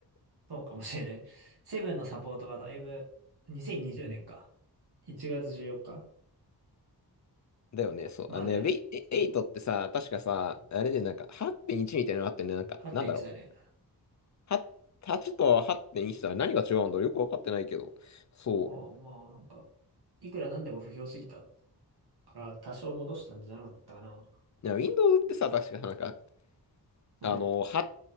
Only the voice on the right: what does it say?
そうかもしれない。セブンのサポートがだいぶ、2020年か。1月14日
まで、
サポート
8.1だね。
ああ、まあ、なんか、いくらなんでも不評すぎたから、多少戻したんじゃなかったかな。
うん。